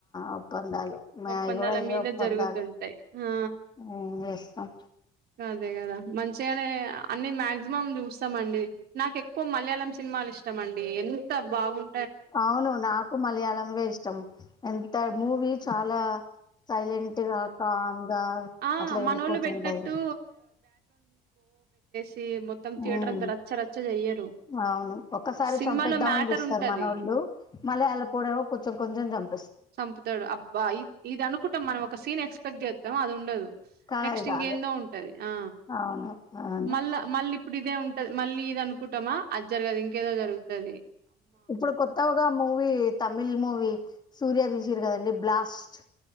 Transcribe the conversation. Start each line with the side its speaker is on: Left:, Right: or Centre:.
Left: ఒప్పందాలు మాయి
Right: ఒప్పందాల
Left: కూడా ఇయ్య
Right: మీద
Left: ఒప్పందాలు
Right: జరుగుతుంటాయి. ఆ
Left: ఏ వేస్తాం
Right: అదే కదా మంచిగనే అన్ని మాక్సిమం చూస్తామండి నాకు ఎక్కువ మలయాళం సినిమాల్ ఇష్టంమండి ఎంత బాగుం
Left: అవును నాకు మలయాళంవే ఇష్టం ఎంత మూవీ చాలా సైలెంట్ గా కామ్ గా
Right: ఆ
Left: అట్లా
Right: మనోళ్ళు
Left: వెళ్ళిపోతుంటది
Right: పెట్టినట్టు తే మొత్తం థియేటర్
Left: ఉమ్
Right: అంతా రచ్చరచ్చ చెయ్యరు
Left: అవును ఒక్కసారి
Right: సినిమాలో
Left: చంపైద్దామని
Right: మ్యాటర్
Left: చూస్తారు
Right: ఉంటది.
Left: మన ఒళ్ళు మళ్ళీ అల్లపూడేమో కొంచెం కొంచెం చం
Right: చంపుతడు అబ్బా ఇ ఇది అనుకుంటాం మనం ఒక సీన్ ఎక్స్పెక్ట్ చేస్తాం అది ఉండదు
Left: కానీ
Right: నెక్స్ట్
Left: అది
Right: ఇంకేందో
Left: కాదు
Right: ఉంటది ఆ
Left: అవును అవును
Right: మళ్ళా మళ్ళీ ఇప్పుడు ఇదే ఉంటది మళ్ళీ ఇది అనుకుంటమా అది జరగదు ఇంకేదో జరుగుతుది
Left: ఇప్పుడు కొత్తగ ఒక మూవీ తమిళ్ మూవీ సూర్యదీస్ సిర్కథండి బ్లాస్ట్